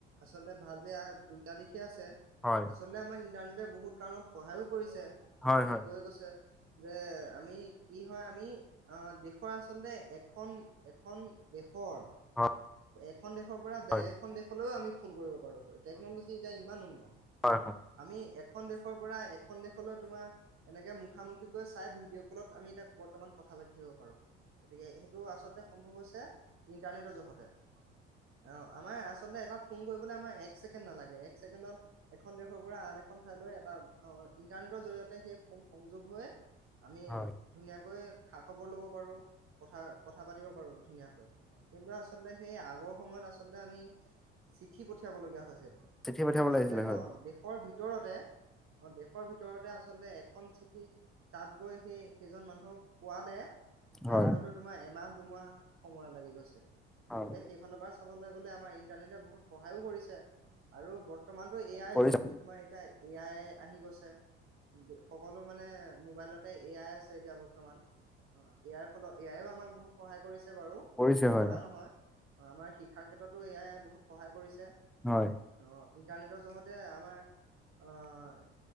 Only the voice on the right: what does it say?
আচলতে ভাল বেয়া দুইটা দিশ ঠিকে আছে
আচলতে ইন্টাৰনেটতে বহুত কাৰণত সহায় কৰিছে।
আপুনি
কৈ গৈছে। যে আমি কি হয় আমি অঁ দেখো আচলতে এখন দেশৰ
এখন দেশৰ পৰা বেলেগ
এখন দেশলৈয়ও আমি ফোন কৰিব পাৰোঁ টেকনলজি এতিয়া ইমান উন্নত।
আমি এখন দেশৰ পৰা এখন দেশলৈ তোমাৰ এনেকে মুখামুখিকৈ চাই ভিডিঅ' কলত আমি এতিয়া বৰ্তমান কথা পাতিম। পঠিয়াব পাৰো গতিকে সেইটো আচলতে সম্ভৱ হৈছে ইণ্টাৰনেটৰ জহত হয় অঁ আমাৰ আচলতে এটা ফোন কৰিবলৈ আমাৰ এক এক ছেকেণ্ড নালাগে একছেকেণ্ডত এখন দেশৰ পৰা আন এখন বা অঃ ইণ্টাৰনেটৰ জৰিয়তে সেই সংযোগ হৈ আমি
ধুনীয়াকৈ খা খবৰ লব পাৰো কথা কথা পাতিব পাৰো ধুনীয়াকৈ কিন্তু আচলতে সেই আগৰ সময়ত আচলতে আমি চিঠি পঠিয়াব লগীয়া হৈছিল
আচলতে
অঁ দেশৰ ভিতৰত হেঁ দেশৰ ভিতৰতে আচলতে এখন চিঠি তাত গৈ সেই কেইজন মানুহক পোৱালে তাত
হয়তো তোমাৰ এমাহ তোমাৰ সময় লাগি গৈছিল
গতিকে সেইফালৰ পৰা চাবলৈ গলে আমাৰ ইন্টাৰনেটে বহুত সহায়ো কৰিছে আৰু বৰ বৰ্তমানটো এ আইৰ
যুগ তোমাৰ এতিয়া এ আই আহি গৈছে <inaudible> সকলো মানে মোবাইলতে এ আই আছে এতিয়া বৰ্তমান ইয়াৰ ফলত এ আই আমাক বহুত সহায় কৰিছে বাৰু
নকৰা
নহয় অঁ আমাৰ শিক্ষাৰ ক্ষেত্ৰত এ আই বহুতো সহায় কৰিছে অ'
ইণ্টাৰনেটৰ জহতে আমাৰ <inaudible> অ'